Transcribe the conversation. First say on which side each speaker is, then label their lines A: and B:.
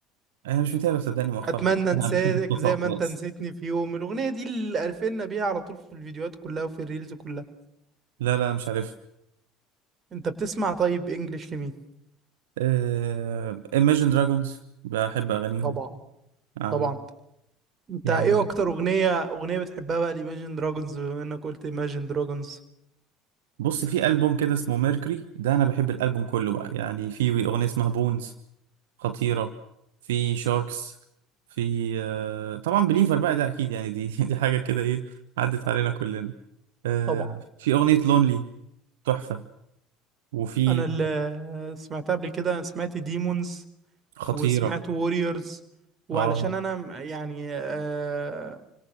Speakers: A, on the right (about 65°); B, on the right (about 30°).
A: انا مش متابع صدقني مؤخرا
B: اتمنى انساك
A: انا بحب صوتها
B: زي ما
A: خلاص
B: انت نسيتني في يوم الاغنيه دي اللي قرفنا بيها على طول في الفيديوهات كلها وفي الريلز كلها
A: لا لا مش عارفها
B: انت بتسمع طيب انجليش لمين
A: آه، Imagine Dragons بحب اغانيهم
B: طبعا
A: عاملين
B: طبعا انت
A: يعني
B: ايه اكتر اغنيه اغنيه بتحبها بقى الايماجين دراجونز بما انك قلت ايماجين دراجونز
A: بص في ألبوم كده اسمه ميركوري ده أنا بحب الألبوم كله بقى يعني في أغنية اسمها بونز خطيرة في شاركس في آه، طبعا بليفر بقى ده أكيد يعني دي <laughs> دي حاجة كده إيه عدت علينا كلنا آه،
B: طبعا
A: في أغنية لونلي تحفة وفي
B: انا اللي سمعتها قبل كده سمعت ديمونز
A: خطيرة
B: وسمعت ووريورز وعلشان
A: آه
B: انا م- يعني آه